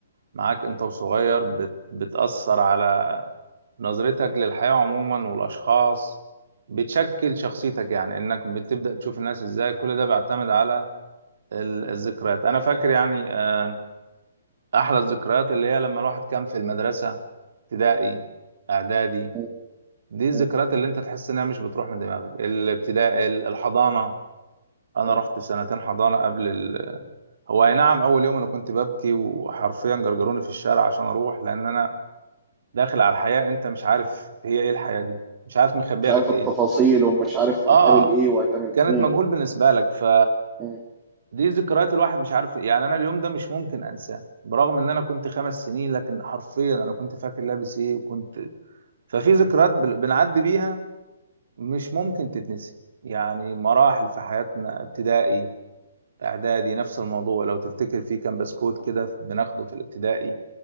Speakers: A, on the right; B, on the right.
A: معاك انت وصغير بت... بتأثر على نظرتك للحياة عموما والاشخاص بتشكل شخصيتك يعني انك بتبدأ تشوف الناس ازاي كل ده بيعتمد على ال- الذكريات انا فاكر يعني آه، احلى الذكريات اللي هي لما الواحد كان في المدرسه ابتدائي اعدادي
B: مم.
A: دي الذكريات
B: مم.
A: اللي انت تحس انها مش بتروح من دماغك الابتدائي ال- الحضانه انا
B: مم.
A: رحت سنتين حضانه قبل ال... هو اي نعم اول يوم انا كنت ببكي وحرفيا جرجروني في الشارع عشان اروح لان انا داخل على الحياه انت مش عارف هي ايه الحياه دي مش عارف مخبيه
B: مش عارف
A: لك ايه
B: التفاصيل ومش عارف هتقابل
A: اه
B: ايه وهتعمل
A: كانت
B: مم.
A: مجهول بالنسبه لك ف
B: مم.
A: دي ذكريات الواحد مش عارف يعني انا اليوم ده مش ممكن انساه برغم ان انا كنت خمس سنين لكن حرفيا انا كنت فاكر لابس ايه وكنت ففي ذكريات بل- بنعدي بيها مش ممكن تتنسي يعني مراحل في حياتنا ابتدائي اعدادي نفس الموضوع لو تفتكر في كان بسكوت كده بناخده في الابتدائي